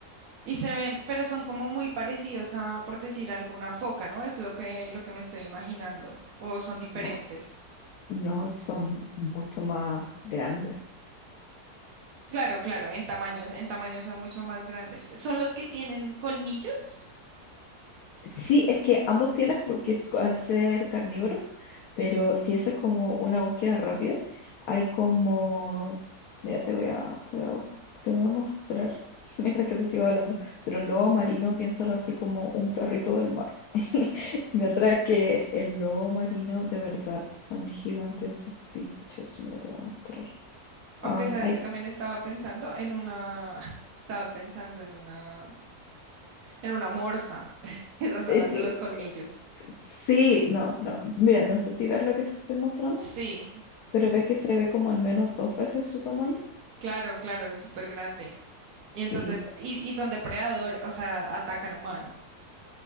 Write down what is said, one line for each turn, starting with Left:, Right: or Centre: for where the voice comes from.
Right: Y se ven, pero son como muy parecidos a, por decir, alguna foca, ¿no? Es lo que, lo que me estoy imaginando. O son diferentes.
Left: no, no son mucho más grandes.
Right: Claro, claro, en tamaños, en tamaños son mucho más grandes. ¿Son los que tienen colmillos?
Left: Sí, es que ambos tienen porque es- al ser carnívoros, pero si eso es como una búsqueda rápida, hay como... Mira, te voy a, te voy a, bus- te voy a mostrar <laughs> mientras que te sigo hablando, pero un lobo marino piénsalo así como un perrito del mar. <laughs> Mientras que el lobo marino de verdad son gigantes esos bichos. Mira, te voy a mostrar.
Right: Aunque
Left: Am,
Right: sabes
Left: ahí
Right: que
Left: te-
Right: también estaba pensando en una, <laughs> estaba pensando en una, en una morsa. <laughs> Esas
Left: eh,
Right: son las
Left: sí,
Right: de los colmillos.
Left: sí, no, no. Mira, no sé si ves lo que te estoy mostrando.
Right: Sí,
Left: Pero ves que se ve como al menos dos veces su tamaño.
Right: claro, claro, es súper grande.
Left: Sí,
Right: Y entonces, y, y son depredadores, o sea, atacan humanos.